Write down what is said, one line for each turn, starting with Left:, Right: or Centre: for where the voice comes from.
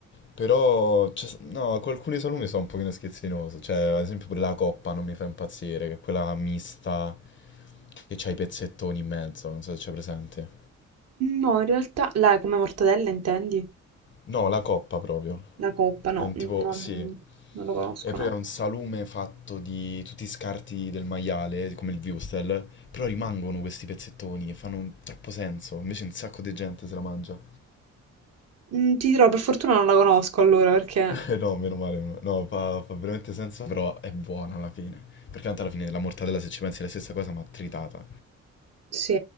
Left: Però, c'è- no, con alcuni salumi sono un pochino schizzinoso. Cioè, ad esempio pure la coppa non mi fa impazzire, che è quella mista che c'ha i pezzettoni in mezzo, non so se c'è presente.
Right: No, in realtà, la come mortadella intendi?
Left: No, la coppa proprio.
Right: La coppa, no,
Left: È un
Right: non,
Left: tipo, sì, è
Right: non lo conosco,
Left: proprio
Right: no.
Left: un salume fatto di tutti i scarti del maiale, come il wurstel, però rimangono questi pezzettoni e fanno un- troppo senso, invece un sacco di gente se la mangia.
Right: Mm, ti dirò, per fortuna non la conosco allora, perché
Left: <laughs> Eh No, meno male, meno- no, fa, fa veramente senso, però è buona alla fine, perché tanto alla fine la mortadella se ci pensi è la stessa cosa ma tritata.
Right: Sì,